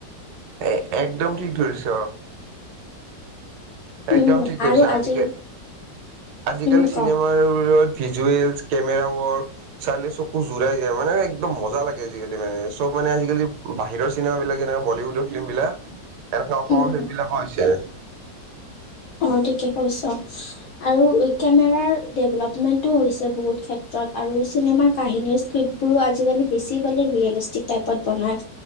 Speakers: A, on the right; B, on the left.
A: এ', একদম ঠিক ধৰিছ,
B: উম
A: একদম ঠিক ধৰিছ।
B: আৰু
A: আজিকালি
B: আজি
A: আজিকালি
B: উম
A: চিনেমা-ৰত
B: ক
A: ভিজুৱেলছ কেমেৰা ৱৰ্ক চালে চকু জোৰাই যায়, মানে একদম মজা লাগে, আজিকালি চব মানে বাহিৰৰ চিনেমা বিলাক এনে বলীউডৰ ফিল্ম বিলাক, এনেকুৱা অসমৰ
B: উম,
A: ফিল্ম বিলাকো হৈছে।
B: অ', ঠিকে কৈছ, আৰু কেমেৰাৰ ডেভেলপমেণ্টো হৈছে বহুত ক্ষেত ত্ৰত, আৰু চিনেমাৰ কাহিনীৰ স্ক্ৰিপ্টবোৰো আজিকালি বেছি মানে ৰিয়েলিষ্টিক টাইপত বনায়।